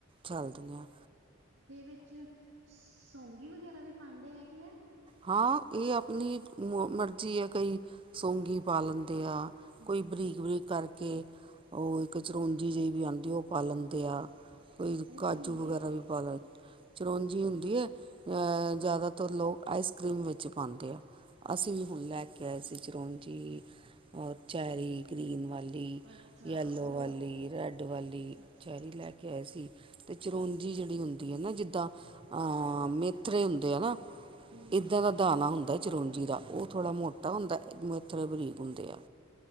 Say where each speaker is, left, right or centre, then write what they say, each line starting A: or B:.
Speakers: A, on the right; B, on the right.
A: ਝੱਲਦੀਆਂ।
B: ਦੇ ਵਿੱਚ ਸੌਂਗੀ ਵਗੈਰਾ ਵੀ ਪਾਂਦੇ ਹੈਗੇ ਆ?
A: ਹਾਂ ਏ ਆਪਣੀ ਮ ਮਰਜ਼ੀ ਐ ਕਈ ਸੌਂਗੀ ਪਾ ਲੈਂਦੇ ਆ।
B: ਹੂੰ
A: ਕੋਈ ਬਰੀਕ ਬਰੀਕ ਕਰਕੇ ਓ ਇੱਕ ਚਰੋਂਜੀ ਜਿਹੀ ਵੀ ਆਂਦੀ ਓ ਪਾ ਲੈਂਦੇ ਆ ਕੋਈ
B: ਉਹ
A: ਕਾਜੂ
B: ਕੀ ਹੁੰਦੀ
A: ਵਗੈਰਾ
B: ਹੈ
A: ਵੀ ਪਾ ਲੈ ਚਰੋਂਜੀ ਹੁੰਦੀ ਐ ਅ ਜ਼ਿਆਦਾਤਰ ਲੋਕ ਆਈਸ ਕਰੀਮ ਵਿੱਚ ਪਾਂਦੇ ਆ ਅਸੀਂ ਵੀ ਹੁਣ ਲੈ ਕੇ ਆਏ ਸੀ ਚਰੋਂਜੀ। ਔਰ ਚੈਰੀ ਗ੍ਰੀਨ ਵਾਲ ਲੀ
B: ਅੱਛਾ
A: ਯਲੋ
B: ਉਹ
A: ਵਾਲੀ, ਰੈਡ ਵਾਲੀ
B: ਅੱਛਾ ਅੱਛਾ
A: ਚੈਰੀ ਲੈ ਕੇ ਆਏ ਸੀ ਤੇ ਚਰੋਂਜੀ ਜੇੜੀ ਹੁੰਦੀ ਐ ਨਾ ਜਿੱਦਾਂ ਆਂ ਮੇਥਰੇ ਹੁੰਦੇ ਆ ਨਾ
B: ਹਮ
A: ਇੱਦਾਂ ਦਾ ਦਾਣਾ ਹੁੰਦਾ ਏ ਚਰੋਂਜੀ ਦਾ ਓ ਥੋੜ੍ਹਾ ਮੋਟਾ ਹੁੰਦਾ ਮੇਥਰੇ ਬਰੀਕ ਹੁੰਦੇ ਆ।